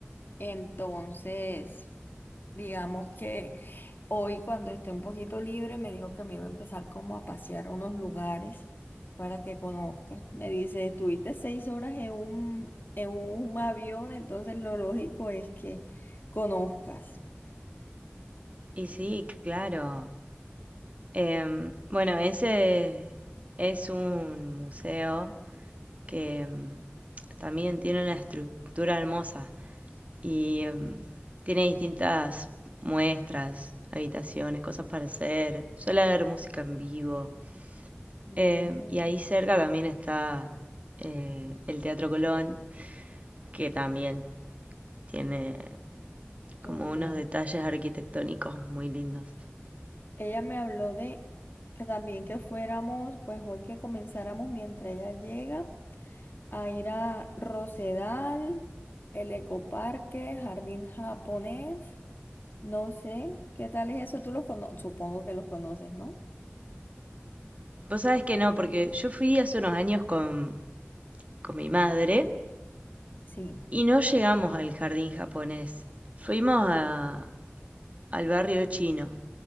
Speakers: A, on the left; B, on the right.
A: Entonces... Digamos que hoy cuando esté un poquito libre me dijo que me iba a empezar como a pasear a unos lugares para que conozca. Me dice, estuviste seis horas en un, en un avión, entonces lo lógico es que conozcas.
B: Y sí, claro. Em, bueno, ese es un museo que em, también tiene una estructura hermosa. y em, tiene distintas muestras, habitaciones, cosas para hacer. Suele haber música en vivo.
A: Mm,
B: Em, y ahí cerca también está eh, el Teatro Colón, que también tiene como
A: súper.
B: unos detalles arquitectónicos muy lindos.
A: Ella me habló de que también que fuéramos, pues hoy que comenzáramos mientras ella llega. a ir a Rosedal, el Ecoparque, Jardín Japonés. No sé, ¿qué tal es eso? Tú los conoces, supongo que los conoces, ¿no?
B: Vos sabés que no, porque yo fui hace unos años con, con mi madre
A: Sí.
B: y no llegamos al jardín japonés. Fuimos a- al barrio chino